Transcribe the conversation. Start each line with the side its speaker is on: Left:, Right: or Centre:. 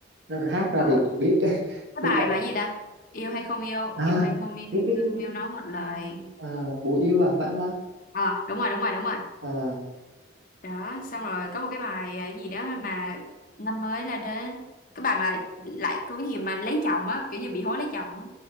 Right: nó hát ra
Left: Ờ,
Right: thì mình biết <laughs>
Left: cái
Right: chứ
Left: bài
Right: còn
Left: bài gì ta yêu hay không yêu
Right: à
Left: yêu hay không yêu,
Right: biết
Left: yêu,
Right: biết biết
Left: không yêu
Right: biết
Left: nói một lời
Right: à, Bùi Yêu à phải không ta
Left: Ờ, đúng rồi, đúng rồi, đúng rồi.
Right: à
Left: Đó, xong rồi có một cái bài ờ, gì đó mà năm mới là đến cái bài mà lại có cái gì mà lấy chồng á, kiểu như bị hối lấy chồng á.